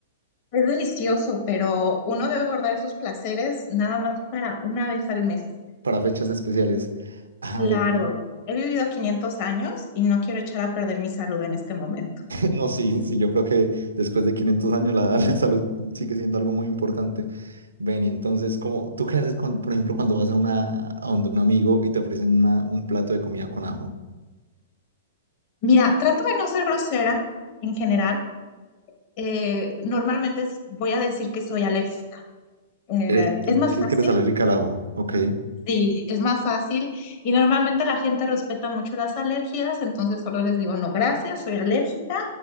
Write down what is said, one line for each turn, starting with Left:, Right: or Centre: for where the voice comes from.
Left: Es delicioso, pero uno debe guardar esos placeres nada más para una vez al mes.
Right: Para fechas especiales. Ah,
Left: Claro,
Right: ve que-
Left: he vivido 500 años y no quiero echar a perder mi salud en este momento.
Right: No, sí, sí, yo creo que después de 500 años la, <laughs> la salud sigue siendo algo muy importante. Ven, y entonces, como, ¿tú qué haces con, por ejemplo, cuando vas a una, a donde un amigo y te ofrecen una- un plato de comida con ajo?
Left: Mira, trato de no ser grosera en general, eh, normalmente es- voy a decir que soy alérgica. Eh,
Right: Eh, eh,
Left: es
Right: dices
Left: más fácil,
Right: que eres alérgica al ajo, ¿ok?
Left: sí, es más fácil. Y normalmente la gente respeta mucho las alergias, entonces solo les digo, no, gracias, soy alérgica,